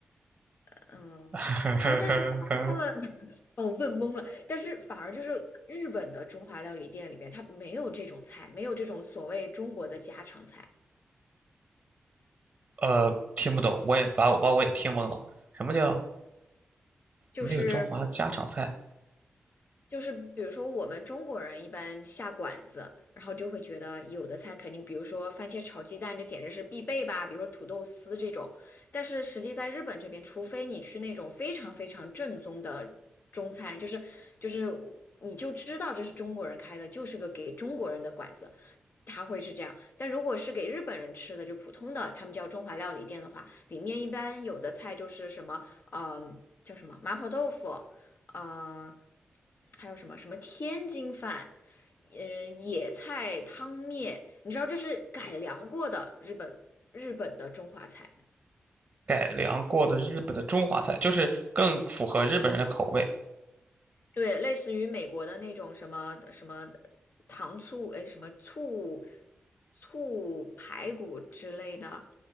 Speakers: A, on the left; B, on the right.
A: 嗯，
B: <laughs>
A: 而他们哦问懵了，但是反而就是日本的中华料理店里面，它没有这种菜，没有这种所谓中国的家常菜，
B: 呃，听不懂，我也把我把我也听懵了。什么叫
A: 就是
B: 没有中华的家常菜？
A: 就是比如说，我们中国人一般下馆子，然后就会觉得有的菜肯定，比如说番茄炒鸡蛋，这简直是必备吧，比如说土豆丝这种。但是实际在日本这边，除非你去那种非常非常正宗的中餐，就是就是你就知道这是中国人开的，就是个给中国人的馆子，它会是这样。但如果是给日本人吃的，就普通的他们叫中华料理店的话，里面一般有的菜就是什么，嗯、呃叫什么麻婆豆腐，呃，还有什么什么天津饭。嗯，呃野菜汤面，你知道这是改良过的日本日本的中华菜，
B: 改良过的日本的中华菜，就是更符合日本人的口味。
A: 对，类似于美国的那种什么什么糖醋，哎，什么醋醋排骨之类的，